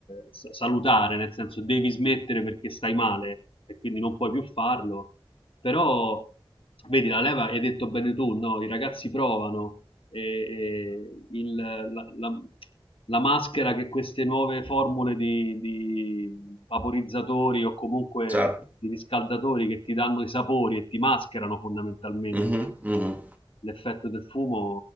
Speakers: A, on the left; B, on the right.
A: sa- salutare, nel senso devi smettere perché stai male e quindi non puoi più farlo, però, vedi, la leva, hai detto bene tu, no? I ragazzi provano, e, e il- la, la- la maschera che queste nuove formule di, di vaporizzatori o comunque
B: certo.
A: di riscaldatori che ti danno i sapori e ti mascherano fondamentalmente
B: Mhm, mhm.
A: l'effetto del fumo